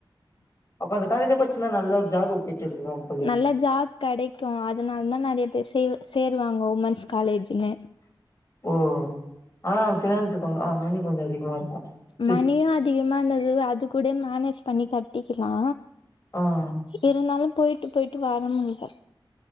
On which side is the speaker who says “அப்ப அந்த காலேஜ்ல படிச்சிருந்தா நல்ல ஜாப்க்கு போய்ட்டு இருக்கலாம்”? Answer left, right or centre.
Left